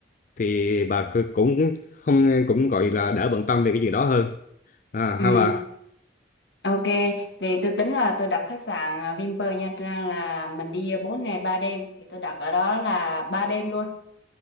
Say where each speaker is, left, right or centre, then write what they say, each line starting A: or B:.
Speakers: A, on the left; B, on the left.
A: thì bà cứ- cũng không cũng gọi là đỡ bận tâm về cái chuyện đó hơn à
B: Ừ,
A: ha bà
B: ok. Thì tôi tính là tôi đặt khách sạn à, Vinpearl Nha Trang là mình đi à, 4 ngày 3 đêm. Thì tôi đặt ở đó là 3 đêm luôn